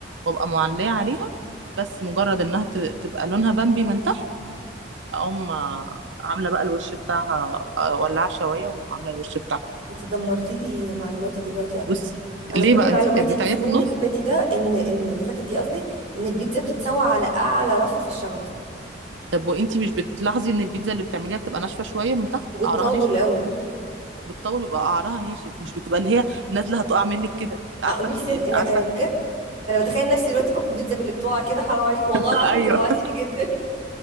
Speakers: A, on the right; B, on the right.
A: وابقى معلية عليها بس مجرد انها ت- تبقى لونها بامبي من تحت اقوم آه، عاملة بقى الوش بتاعها آه، ولعة شواية وعاملة الوش بتاعها
B: انت دمرتي لي معلوماتي دلوقتي يا رنا
A: بصي
B: انا
A: ليه
B: كل
A: بقى
B: معلوماتي
A: انت بتعملي- بتعمليها
B: في السنين
A: في النص
B: اللي فاتت ده ان ان اللي فاتت دي قصدي ان البيتزا بتتسوى على اعلى رف في الشبكه
A: طب وانت مش بتلاحظي ان البيتزا اللي بتعمليها بتبقى ناشفة شوية من تحت
B: وبتطول
A: قعرها ناشف
B: قوي
A: بتطول ويبقى قعرها ناشف مش بتبقى اللي هي نازلة هتقع منك كده عارفة
B: اه نفسي
A: الك-
B: انا
A: عارفة
B: انا بجد انا بتخيل نفسي دلوقتي باكل بيتزا من اللي بتقع كده حرام عليك والله العظيم
A: <laughs> ايوه
B: جوعتيني جدا